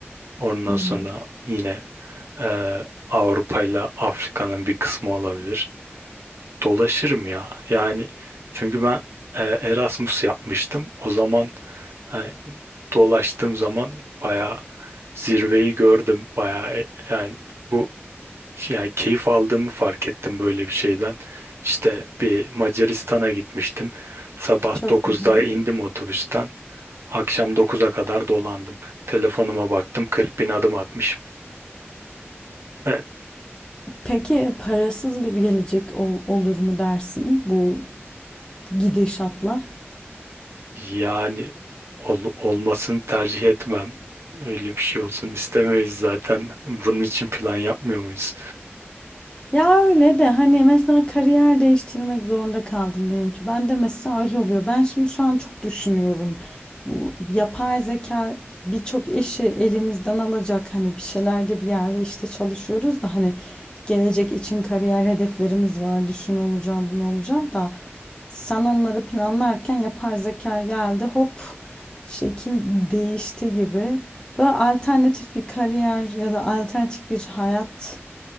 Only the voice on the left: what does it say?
Hı hı.
Çok
güzel.
Peki parasız bir gelecek ol- olur mu dersin bu gidişatla?
Ya öyle de hani mesela kariyer değiştirmek zorunda kaldın diyelim ki. Ben de mesela öyle oluyor. Ben şimdi şu an çok düşünüyorum. Bu yapay zeka birçok işi elimizden alacak. Hani bir şeylerde bir yerde işte çalışıyoruz da hani gelecek için kariyer hedeflerimiz vardı. Şunu olacağım, bunu olacağım da sen onları planlarken yapay zeka geldi. Hop şekil değişti gibi. Böyle alternatif bir kariyer ya da alternatif bir hayat